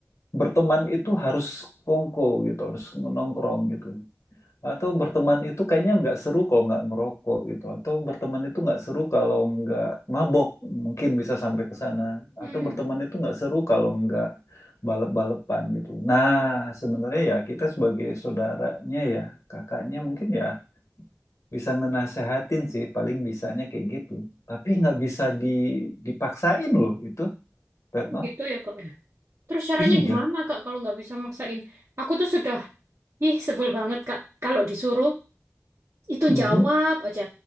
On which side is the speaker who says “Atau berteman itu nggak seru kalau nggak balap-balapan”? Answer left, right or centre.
Left